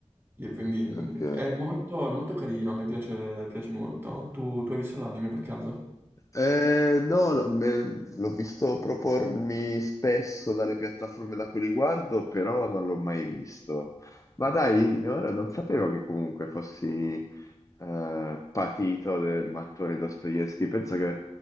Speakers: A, on the right (about 20°); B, on the left (about 25°).
A: e quindi
B: ok.
A: è molto, è molto carino, a me piace, piace molto. Tu, tu hai visto l'anime per caso?
B: Eh, no, no, me- l'ho visto propormi spesso dalle piattaforme da cui li guardo, però non l'ho mai visto. Ma dai, ora non sapevo che comunque fossi eh, patito del mattone Dostoevsky. Penso che